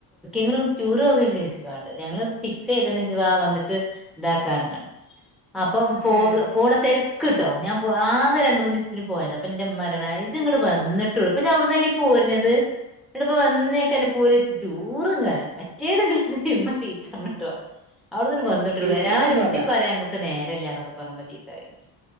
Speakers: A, in the centre; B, on the right.
A: ങ്ങള് ടൂർ പോവുകല്ലേ ഞങ്ങള് ഫിക്സ് ചെയ്ത വന്നിട്ട് ഇതാക്കാറണ്ട് അ അപ്പൊ പോ
B: ഏ
A: പോണ തിരക്ക് കിട്ടോ ഞാൻ പോ ആകെ രണ്ട മൂന്ന് ദിവസത്തിന് പോയത് അപ്പൊ എന്റെ ഇമ്മ പറ <unintelligible> വന്നിട്ടുള്ളൂ ഇപ്പൊ ഞവിടന്നല്ലേ പോരഞ്ഞത് ഇടപ്പ വന്നേക്കെ പോല <unintelligible> ഇങ്ങനെ മറ്റേത് ഇങ്ങനെ ചീത്ത പറഞ്ഞു കേട്ടോ അവിടുന്ന് ഇങ്ങട്
B: ഏ
A: വന്നിട്ടുള്ളൂ
B: ബീച്ചിലൊക്കെ
A: വരാന് വണ്ടി
B: പോകാ
A: പറയാ ഇങ്ങക്ക് നേരല്ലന്നൊക്കെ പറഞ്ഞുമ്മ ചീത്ത പറേണ്ട്